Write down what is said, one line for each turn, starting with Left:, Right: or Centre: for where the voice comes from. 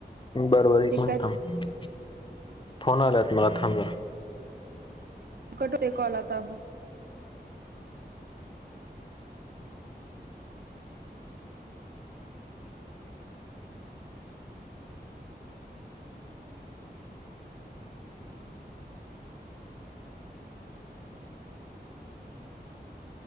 Left: बर, बर एक
Right: ते
Left: मिनिट
Right: काय
Left: थांब, फोन आल्यात मला. थांब जरा
Right: कट होतोय कॉल आता.